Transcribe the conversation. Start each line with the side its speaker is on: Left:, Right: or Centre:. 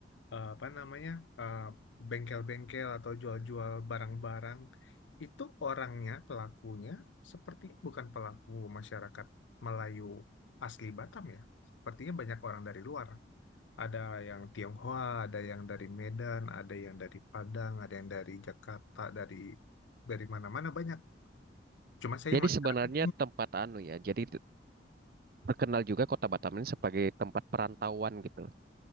Left: eh, apa namanya eh, bengkel-bengkel atau jual-jual barang-barang itu orangnya pelakunya seperti bukan pelaku masyarakat Melayu asli Batam ya sepertinya banyak orang dari luar ada yang Tionghoa ada yang dari Medan ada yang dari Padang ada yang dari Jakarta dari dari mana-mana banyak cuma saya
Right: jadi
Left: masyarakat
Right: sebenarnya tempat anu ya, jadi terkenal juga Kota Batam ini sebagai tempat perantauan gitu.